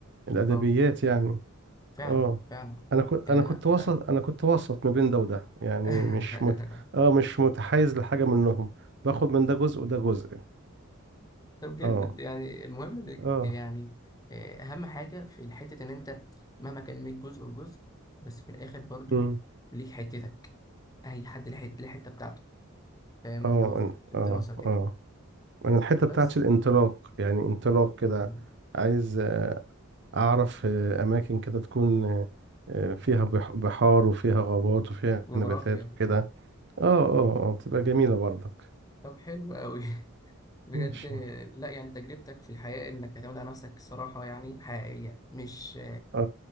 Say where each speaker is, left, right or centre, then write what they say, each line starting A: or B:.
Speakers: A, on the right (about 55°); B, on the left (about 15°).
A: الأدبيات
B: اه
A: يعني
B: فعلا
A: اه
B: فعلا
A: انا كنت
B: يعني
A: انا
B: انا
A: كنت وسط انا كنت وسط ما بين ده وده يعني
B: <laughs>
A: مش مت... اه مش متحيز لحاجة منهم باخد من ده جزء وده جزء
B: طب جامد
A: اه
B: يعني المهم انك
A: اه
B: يعني آه، اهم حاجه في الحته ان انت مهما كان ليك جزء وجزء بس في الاخر برضو
A: امم
B: ليك حتتك اي حد ليه حته ليه حته بتاعته فاهم
A: اه
B: ان هو
A: أنا-
B: في في الدراسه
A: اه
B: كده
A: اه انا الحته بتاعت
B: بس
A: الانطلاق يعني انطلاق كده
B: مم.
A: عايز اعرف آه، اماكن كده تكون آه، آه، فيها بح- بحار وفيها غابات وفيها
B: جغرافيا
A: نباتات وكده اه اه اه بتبقى جميله برضك
B: طب حلو قوي <laughs> بجد
A: ماشي اه
B: لا يعني تجربتك في الحياة إنك تعتمد على نفسك الصراحة يعني حقيقية مش
A: اه